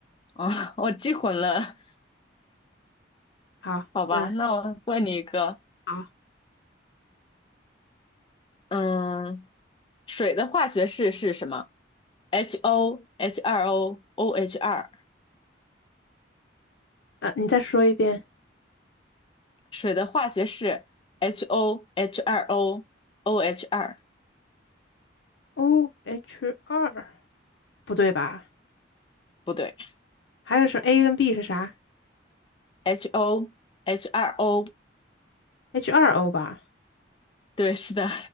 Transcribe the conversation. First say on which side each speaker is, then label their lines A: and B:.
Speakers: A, on the left; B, on the left.
A: 啊，<laughs> 我记混了。
B: 好，
A: 好吧，
B: 那
A: 那我问你一个，
B: 好，
A: 嗯，水的化学式是什么？HO、H2O、o h 二 o o h 二，
B: 呃，你再说一遍。
A: 水的化学式 HO、h 二 o o h 二，
B: O H 二，不对吧？
A: 不对
B: 还有是 A 跟 B 是啥
A: ，HO、h 二 o
B: ？H 二 O 吧？
A: 对，是的